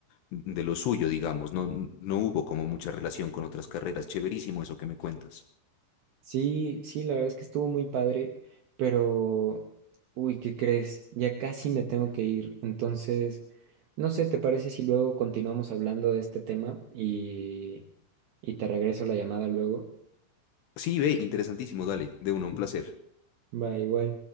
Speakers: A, on the left; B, on the right.
A: de lo suyo, digamos, no, no hubo como mucha relación con otras carreras, chéverísimo eso que me cuentas.
B: Sí, sí, la verdad es que estuvo muy padre, pero, uy, ¿qué crees? Ya casi me tengo que ir. Entonces, no sé, ¿te parece si luego continuamos hablando de este tema y, y te regreso la llamada luego?
A: Sí, ve, interesantísimo, dale, de uno, un placer.
B: Va, igual.